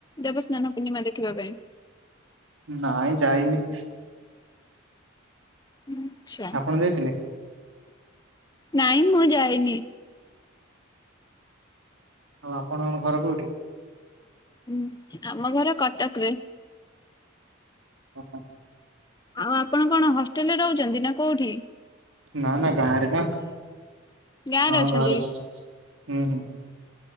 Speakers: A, on the left; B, on the right.
A: ଦେବସ୍ନାନ ପୂର୍ଣ୍ଣିମା ଦେଖିବା ପାଇଁ
B: ନାଇଁ ଯାଇନି
A: ଆଛା
B: ଆପଣ ଯାଇଥିଲେ
A: ନାଇ ମୁଁ ଯାଏନି
B: ଆଉ ଆପଣଙ୍କ ଘର କୋଉଠି?
A: ହୁଁ ଆମ ଘର କଟକ ରେ
B: ହ ହ
A: ଆଉ ଆପଣ କଣ ହଷ୍ଟେଲ ରେ ରହୁଛନ୍ତି ନା କୋଉଠି
B: ନା ନା ଗାଁରେ ବା
A: ଗାଁ
B: ହଁ
A: ରେ ଅଛନ୍ତି?
B: ଘରେ ହୁଁ ହୁଁ